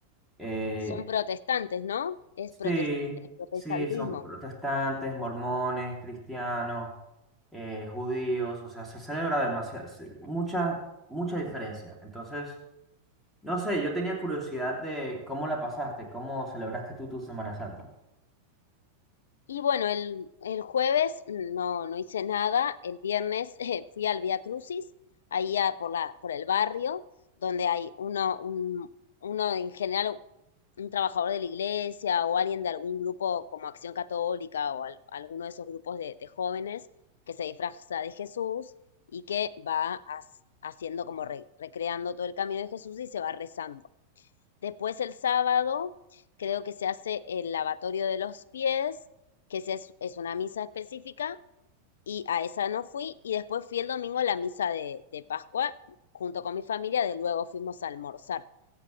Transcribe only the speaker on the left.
son protestantes, ¿no? Es
protes- el protestantismo.
Y bueno, el, el jueves no, no hice nada. El viernes <laughs> eh, fui al Vía Crucis, ahí a por la, por el barrio, donde hay uno, un, uno en general, un trabajador de la iglesia o alguien de algún grupo como Acción Católica o al- alguno de esos grupos de, de jóvenes que se disfraza de Jesús y que va as- haciendo como re- recreando todo el camino de Jesús y se va rezando. Después el sábado creo que se hace el lavatorio de los pies, que es, es una misa específica, y a esa no fui. Y después fui el domingo a la misa de, de Pascua junto con mi familia, de luego fuimos a almorzar.